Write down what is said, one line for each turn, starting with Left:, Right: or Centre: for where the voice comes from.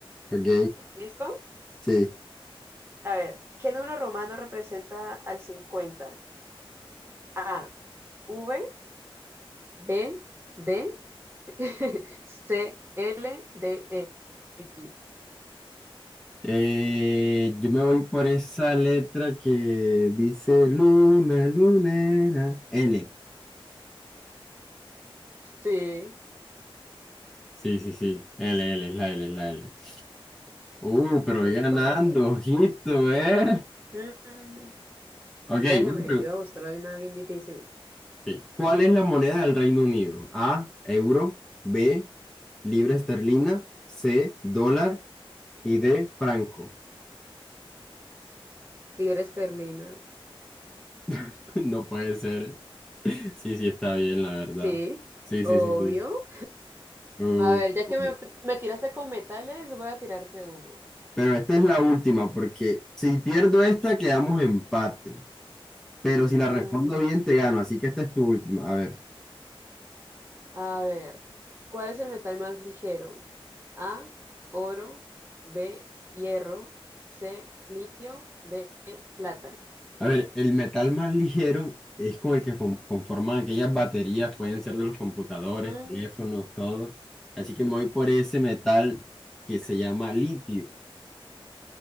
Centre: Ok,
Right: ¿Listo?
Centre: sí.
Right: A ver, ¿qué número romano representa al cincuenta A, V, B, D, <laughs> C, L, D, E, X.
Centre: Eh, yo me voy por esa letra que dice luna, lunera. L.
Right: Sí,
Centre: Sí, sí, sí. L, L, es la L, es la L. Uh, pero
Right: sí,
Centre: voy ganando,
Right: correcto.
Centre: ojito, ¿eh?
Right: Mm,
Centre: Ok,
Right: Déjeme,
Centre: una pregu-
Right: yo voy a buscar hoy una bien difícil.
Centre: ok. ¿Cuál es la moneda del Reino Unido? A, euro. B, libra esterlina. C, dólar. Y D, franco.
Right: Libra esterlina.
Centre: <laughs> No puede ser. Sí, sí, está bien, la verdad.
Right: Sí,
Centre: Sí,
Right: obvio.
Centre: sí, sí, sí. Uh,
Right: A ver, ya
Centre: uh,
Right: que
Centre: uh.
Right: me, me tiraste con metales, voy a tirarte una.
Centre: Pero esta es la última, porque si pierdo esta, quedamos empate. Pero si la
Right: Mm,
Centre: respondo bien, te gano. Así que esta es tu última. A ver,
Right: a ver, ¿cuál es el metal más ligero? A, oro, B, hierro, C, litio, D, plata.
Centre: a ver, el metal más ligero es con el que fon- conforman aquellas baterías, pueden ser de los computadores,
Right: Mm,
Centre: teléfonos, todo. Así que me voy por ese metal que se llama litio.